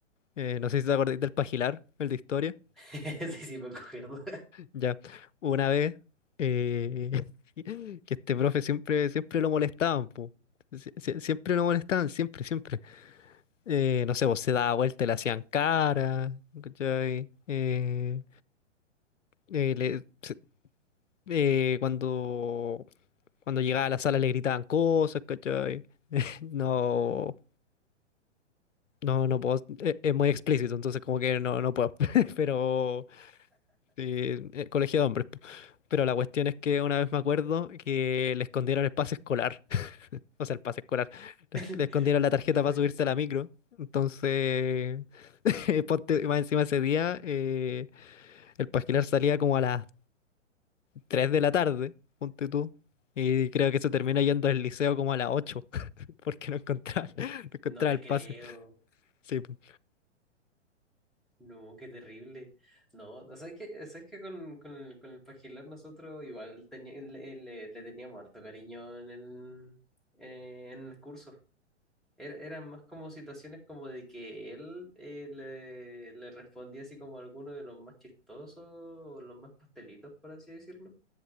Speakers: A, on the left; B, in the centre.
A: eh, no sé si te acordás del Pagilar, el de historia,
B: <laughs> Sí, sí, me acuerdo.
A: ya, una vez eh, <laughs> que este profe siempre, siempre lo molestaban, po. Sie- sie- siempre lo molestaban, siempre, siempre. Eh, no sé, vos se daba vuelta, y le hacían cara, ¿cachai? Eh, eh, le- se- eh, cuando Cuando llegaba a la sala le gritaban cosas, ¿cachai? <laughs> No, no, no puedo, e- es, muy explícito, entonces como que no, no puedo, <laughs> pero sí, eh, colegio de hombres. po. Pero la cuestión es que una vez me acuerdo que le escondieron el pase escolar, <laughs> o sea, el pase escolar, le,
B: <laughs>
A: le escondieron la tarjeta
B: La
A: para
B: tarjeta.
A: subirse a la micro. Entonces, <laughs> ponte más encima ese día, eh, el pasquilar salía como a las 3 de la tarde, ponte tú, y creo que se termina yendo al liceo como a las ocho. porque no encontraba, <laughs> no encontraba
B: No te
A: el
B: creo.
A: pase. Sí, po.
B: No, qué terrible. No, ¿sabes que ¿Sabes que con, con el, con el Pagilar nosotros igual tenía- le, le- le teníamos harto cariño en el, en el curso? er- eran más como situaciones como de que él eh, le, le respondía así como alguno de los más chistosos o los más pastelitos, por así decirlo,